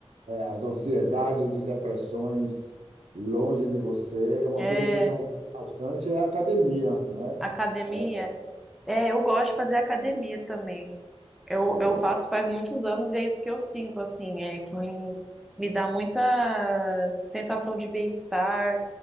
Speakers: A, on the right; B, in the centre.
A: é, as ansiedades e depressões longe de você. Uma
B: é,
A: coisa que eu tenho bastante é a academia, né?
B: academia.
A: É,
B: É, eu gosto de fazer academia também. Eu,
A: é,
B: eu faço faz muitos anos e é isso que eu sinto, assim, é que me, me dá muita sensação de bem-estar.